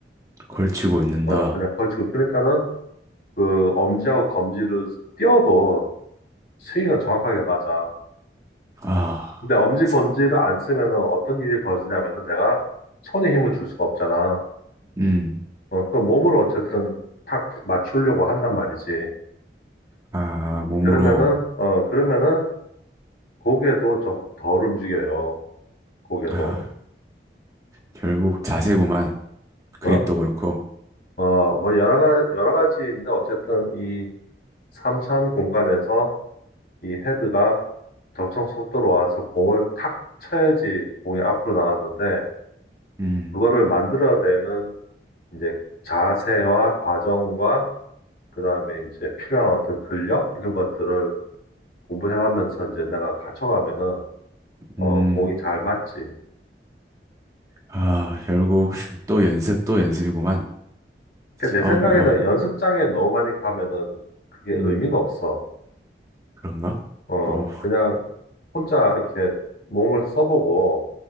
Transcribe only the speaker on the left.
어, 그냥 걸치고. 그러니까는 그 엄지하고 검지를 띄워도 스윙은 정확하게 맞아.
근데 엄지, 검지를 안 쓰면은 어떤 일이 벌어지냐면은 내가 손에 힘을 줄 수가 없잖아.
어, 그 몸으로 어쨌든 탁 맞추려고 한단 말이지.
그러면은, 어, 그러면은 고개도 좀 덜 움직여요. 고개도.
어?
어, 뭐 여러 가 여러 가지인데 어쨌든 이 삼 차원 공간에서 이 헤드가 적정 속도로 와서 공을 탁 쳐야지 공이 앞으로 나갔는데
그거를 만들어내는 이제 자세와 과정과 그다음에 이제 필요한 어떤 근력 이런 것들을 공부해가면서 이제 내가 갖춰가면은 어
공이 잘 맞지.
그러니까 내
생각에는
연습장에 너무 많이 가면은 그게
의미가 없어.
어
그냥 혼자 이렇게 몸을 써보고